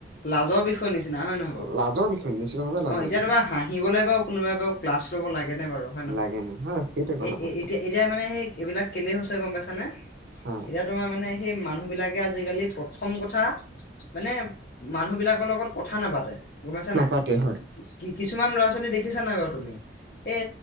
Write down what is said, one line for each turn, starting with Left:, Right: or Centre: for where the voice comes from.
Left: লাজৰ বিষয় নিচিনা হয় নে নহয় বাৰু।
Right: লাজৰ বিষয় নিশ্চিত ভাৱে লাজৰ
Left: অ' এতিয়া
Right: বিষয়
Left: তোমা হাঁহিবলে বাৰু কোনোবাই বাৰু ক্লাছ লব লাগেনে বাৰু হয় নহয়।
Right: লাগে নে হয় সেইটোৱে কথা
Left: এ
Right: পাত
Left: এ এতিয়া এতিয়া মানে সেই এইবিলাক কেলে হৈছে গম পাইছানে
Right: হয়
Left: এতিয়া তোমাৰ মানে সেই মানুহ বিলাকে আজিকালি প্ৰথম কথা মানে মানুহ বিলাকৰ লগত কথা নাপাতে। গমাইছা
Right: নাপাতে
Left: নাই
Right: হয়
Left: কি কিছুমান ল'ৰা ছোৱালী দেখি দেখিছা নাই বাৰু তুমি এই